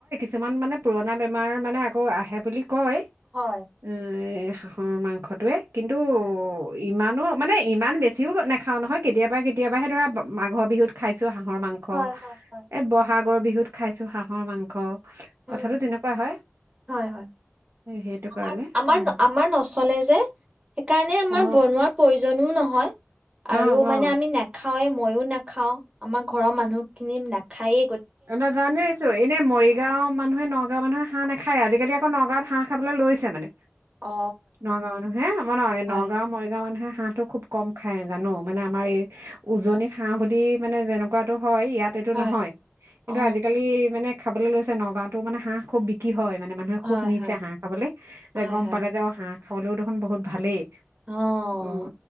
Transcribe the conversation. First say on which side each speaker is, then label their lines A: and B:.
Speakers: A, on the right; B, on the right.
A: চমান মানে পুৰণা বেমাৰ মানে আকৌ আহে বুলি কয়
B: হয়
A: <inaudible> হাঁহৰ মাংসটোয়ে কিন্তু
B: হয় হয়
A: ইমানো মানে ইমান বেছিও নাখাও নহয় কেতিয়াবা কেতিয়াবাহে ধৰা মাঘৰ বিহুত খাই হাঁহৰ মাংস
B: হয় হয় হয়
A: এই বহাগ আগৰ বিহুত খাইছো হাঁহৰ মাংস
B: উম
A: কথাটো তেনেকুৱা হয়
B: হয় হয়
A: সেইটো কাৰণে
B: আ আমাৰ
A: উম
B: আমাৰ নচলে যে সেইকাৰণে আমাৰ
A: অ
B: বনোৱাৰ প্ৰয়োজনও নহয় হয়
A: অ
B: আৰু
A: অ
B: মানে আমি নেখাওঁ হয় মইয়ো নাখাও আমাৰ ঘৰৰ মানুহ খিনি নাখায়ে
A: <unintelligible> জানেই ছো এনে মৰিগাঁও মানুহে নগাঁৱ মানুহে হাহঁ নাখায় আজিকালি আৌ নগাঁৱত হাঁ খাব লৈছে মানে
B: অ
A: নগাঁও মানুহ হে আমাৰ ন
B: হয়
A: নগাঁও মৰিগাওঁ মানুহে হাঁহটো খুব কম খাই জানো মানে আমাৰ এই উজনিত হাঁহ বুলি মানে যেনেকুৱাতো হয় ইয়াত এইটো
B: হয়
A: নহয় কিন্তু
B: অ
A: আজিকালি মানে। খাবলৈ লৈছে নগাঁওত মানোঁহ খু বিক্ৰী হয়। মানে মানুহে
B: হয়
A: খুব নিছেে
B: হয়
A: হাঁহ খাবলৈ যে
B: হয়
A: গম
B: হয়
A: পালে যে হাঁহ। খলোও দেখোন বহুত ভালেই।
B: অ'।
A: উম,